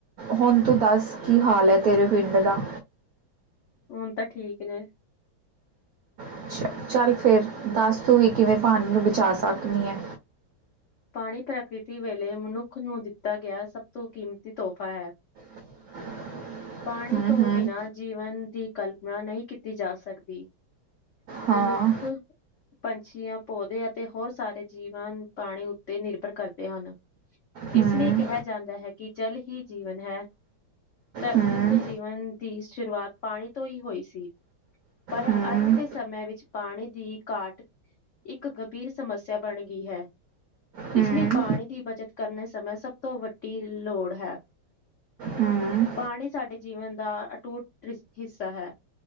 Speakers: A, on the right; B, on the left.
A: ਹੁਣ ਤੂੰ ਦੱਸ, ਕੀ ਹਾਲ ਹੈ, ਤੇਰੇ ਪਿੰਡ ਦਾ
B: ਹੁਣ ਤੇ ਠੀਕ ਨੇ,
A: ਅੱਛਾ-ਚੱਲ ਫਿਰ, ਦੱਸ ਤੁੰ ਵੀ ਕਿਵੇਂ ਪਾਣੀ ਨੂੰ ਬਚਾ ਸਕਦੀ ਆ।
B: ਪਾਣੀ ਪ੍ਰਕ੍ਰਿਤੀ ਵਲੋ, ਮਨੁੱਖ ਨੂੰ ਦਿੱਤਾ ਗਿਆ, ਸਭ ਤੋਂ ਕੀਮਤੀ ਤੋਹਫ਼ਾ ਹੈ।
A: <unintelligible>
B: ਪਾਣੀ
A: ਹੂੰ
B: ਤੋਂ
A: ਹੂੰ
B: ਬਿਨਾਂ ਜੀਵਨ ਦੀ ਕਲਪਨਾ ਨਹੀਂ ਕੀਤੀ ਜਾ ਸਕਦੀ।
A: ਹਾਂ
B: ਮਨੁੱਖ, ਪੰਛੀਆਂ ਪੌਦੇ ਅਤੇ ਹੋਰ ਸਾਰੇ ਜੀਵਾਂ ਨੂੰ ਪਾਣੀ, ਤੇ ਨਿਰਭਰ ਕਰਦੇ ਹਨ,
A: ਹੂੰ
B: ਇਸ ਲਈ ਕਿਹਾ ਜਾਂਦਾ ਹੈ, ਕਿ ਜਲ ਹੀ ਜੀਵਨ ਹੈ। ਧਰਤੀ
A: ਹੂੰ
B: ਉੱਤੇ ਜੀਵਨ ਦੀ ਸ਼ੁਰੂਆਤ, ਪਾਣੀ ਤੋਂ ਹੀ ਹੋਈ ਸੀ। ਪਰ
A: ਹੂੰ
B: ਅੱਜ ਦੇ ਸਮੇਂ ਵਿੱਚ ਪਾਣੀ ਦੀ ਘਾਟ ਇੱਕ ਗੰਭੀਰ ਸਮੱਸਿਆ ਬਣ ਗਈ ਹੈ।
A: ਹੂੰ
B: ਇਸ ਲਈ ਪਾਣੀ ਦੀ ਬੱਚਤ ਕਰਨੇ ਸਮਯ, ਸਭ ਤੋਂ ਵੱਡੀ ਲੋੜ ਹੈ।
A: ਹੂੰ,
B: ਪਾਣੀ ਸਾਡੇ ਜੀਵਨ ਦਾ ਅਟੂਟ ਹਿੱਸਾ ਹੈ,